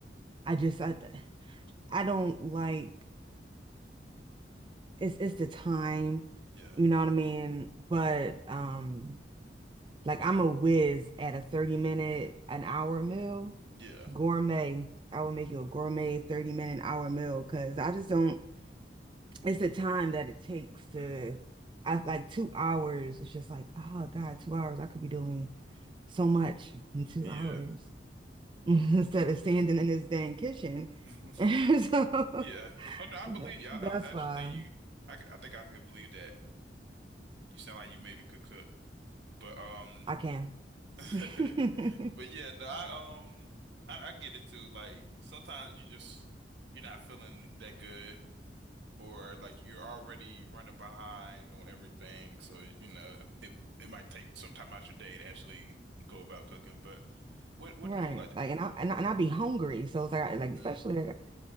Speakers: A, on the right (about 25°); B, on the right (about 80°).
A: I just I I don't like it's it's the time,
B: Yeah.
A: you know what I mean? But um. Like I'm a whiz at a 30 minute, an hour meal.
B: Yeah.
A: Gourmet. I will make you a gourmet 30 minute, an hour meal because I just don't, it's the time that it takes to,
B: Mm.
A: I like two hours. It's just like, oh God, two hours. I could be doing so much in two
B: Yeah.
A: hours <laughs> instead of standing in this dang kitchen.
B: <laughs>
A: <laughs> So
B: Yeah. Oh no, I
A: that-
B: believe you. I,
A: that's
B: I actually
A: why
B: think you I, c- I think I could believe that. You sound like you maybe could cook. But um
A: I can.
B: <laughs>
A: <laughs>
B: but
A: Mm-mm.
B: yeah, no, I um I, I get it too. Like sometimes you just you're not feeling that good or like you're already running behind on everything, so you know it it might take some time out your day to actually go about cooking. But what what
A: Right.
B: do you like to
A: Like,
B: cook
A: and
B: though?
A: I, and I, and I be hungry. So it's like, like, especially
B: Mm.
A: like,